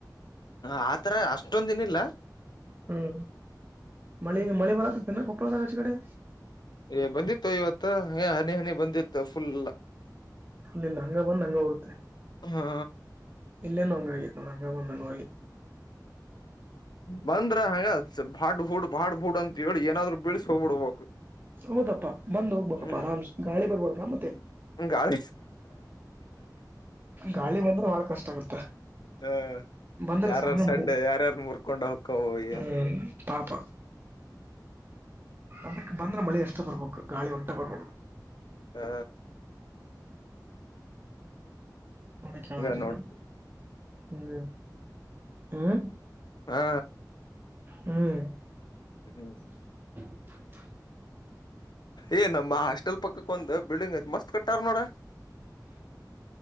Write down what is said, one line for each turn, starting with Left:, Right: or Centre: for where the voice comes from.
Left: ಹ ಆತರ ಅಷ್ಟೊಂದ ದಿನ ಇಲ್ಲ
Right: ಹ್ಮ್ ಮಳಿ ಮಳಿ ಬರನ್ನ ಕೊಪ್ಪರದಾಗಚ ಕಡೆ
Left: ಏ ಬಂದಿತ್ತು ಇವತ್ತ ಹ ಹನಿ ಹನಿ ಬಂದಿತ್ತು ಫುಲ್
Right: ಫುಲ್ ಇಲ್ಲ ಹಂಗ ಬಂದ್ ಹಂಗ ಹೋಗುತ್ತೆ
Left: ಹಾ
Right: ಇಲ್ಲಂದ ಹಂಗಾಗಿ ನೋಡ ಹಂಗ ಬಂದಂಗ
Left: ಬಂದ್ರ ಹಂಗ ಬಾಡ್ ಹೂಡ್ ಬಾಡ್ ಹೂಡ್ ಅಂತ ಹೇಳಿ ಏನಾದ್ರು ಬಳ್ಸ ಹೋಗ್ಬಿಡ್ಬೇಕು
Right: ಹೌದಪ್ಪಾ ಬಂದ್ ಹೋಗ್ಬೇಕಪ್ಪಾ
Left: ಹ್ಮ್
Right: ಆರಾಮ್ಸೆ ಗಾಳಿ ಬರ್ಬಾರ್ದಾ ಮತ್ತೆ
Left: ಹ ಗಳ
Right: ಗಾಳಿ ಬಂದ್ರೆ ಬಾಳ ಕಷ್ಟ ಆಗತ್ತ
Left: ಹ
Right: ಬಂದ್ರೆ
Left: ಯಾರ್ಯಾರ್
Right: ಸಣ್ಣ
Left: ಸಡ್
Right: ಮಳಿ
Left: ಯಾರ್ಯಾರ ಮುರ್ಕೊಂಡ ಹಕ್ಕವ
Right: ಹ್ಮ್
Left: ಏನ
Right: ಪಾಪ ಅದಕ್ಕೆ ಬಂದ್ರ ಮಳೆ ಅಷ್ಟ ಡ್ಬೇಕು ಗಾಳಿ ಹೊಟ್ಟೆ ಕೊಡ್ಬ
Left: ಹಾ
Right: ಅನ ಕಾಣುದಿಲ್ಲ
Left: ಹಿಂಗ ನೋಡ್
Right: ಹ್ಮ್ ಹ
Left: ಹಾ
Right: ಹ್ಮ್
Left: ಹ್ಮ ಹ್ಮ್್ಮ
Right: ಹ್ಮ್ಮ್.
Left: ಏ ನಮ್ಮ ಹಾಸ್ಟೆಲ್ ಪಕ್ಕಕ್ ಒಂದ್ ಬಿಲ್ಡಿಂಗ್ ಐತ್ ಮಸ್ತ್ ಕಟ್ಟಾರ ನೋಡ